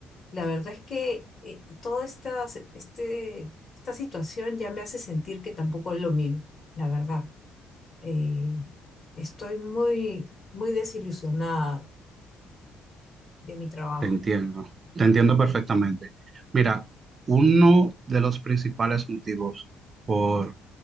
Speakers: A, on the left (about 40°); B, on the right (about 35°).
A: La verdad es que eh, toda esta, se- este, esta situación ya me hace sentir que tampoco es lo mío, la verdad eh, estoy muy, muy desilusionada de mi trabajo.
B: Te entiendo, te entiendo perfectamente. Mira, uno de los principales motivos por